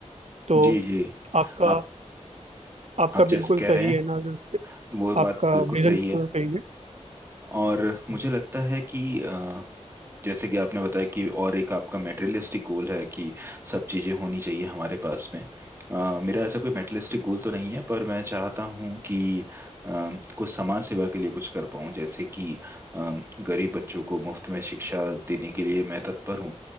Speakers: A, on the right; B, on the right.
A: तो
B: जी जी
A: आपका
B: आप
A: आपका
B: आप जैसे
A: बिल्कुल
B: कह
A: सही
B: रहे हैं
A: है ना
B: वो
A: आपका
B: बात बिल्कुल
A: विजन
B: सही
A: बिल्कुल
B: है
A: सही है
B: और मुझे लगता है कि अ, जैसे कि आपने बताया कि और एक आपका मेटेरियलिस्टिक गोल है कि सब चीज़ें होनी चाहिए हमारे पास में अ, मेरा ऐसा कोई मेटेरियलिस्टिक गोल तो नहीं है पर मैं चाहता हूँ कि अ, कुछ समाज सेवा के लिए कुछ कर पाऊँ जैसे कि अ, गरीब बच्चों को मुफ्त में शिक्षा देने के लिए मैं तत्पर हूँ